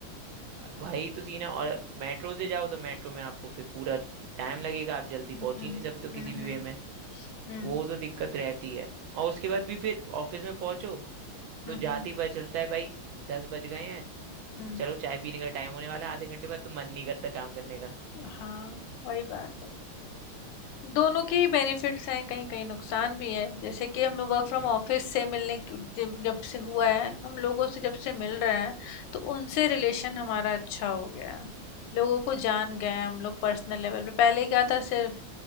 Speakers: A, on the right; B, on the left.
A: भाई तो सीन है और मेट्रो से जाओ तो मेट्रो में आपको फिर पूरा टाइम लगेगा आप जल्दी
B: हम्म
A: पहुंच
B: हम्म
A: ही नहीं सकते हो किसी भी
B: हम्म
A: वे में
B: हम्म
A: वो तो दिक्कत रहती है और उसके बाद भी फिर ऑफिस में पहुंचो
B: हम्म
A: तो जाते ही पता चलता है भाई दस बज गए हैं
B: हम्म
A: चलो चाय पीने का टाइम होने वाला है आधे घंटे बाद तो मन नहीं करता काम करने का।
B: <laughs> हाँ वही बात है दोनों के ही बेनिफिट्स हैं कहीं कहीं नुकसान भी है जैसे कि हम लोग वर्क फ्रॉम
A: हम्म,
B: ऑफिस से मिलने की- जब जब से हुआ है हम लोगों से जब से मिल रहे हैं तो उनसे रिलेशन हमारा अच्छा हो गया है लोगों को जान गए हैं हम लोग पर्सनल लेवल पे पहले क्या था सिर्फ